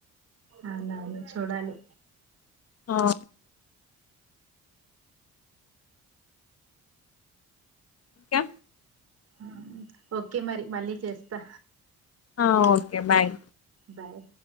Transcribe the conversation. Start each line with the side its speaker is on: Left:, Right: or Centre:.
Right: అవునవును చూడాలి
Left: ఆ ఇంకా
Right: మ్మ్ ఓకే మరి మళ్ళీ చేస్తా
Left: ఆ ఓకే బాయ్
Right: బాయ్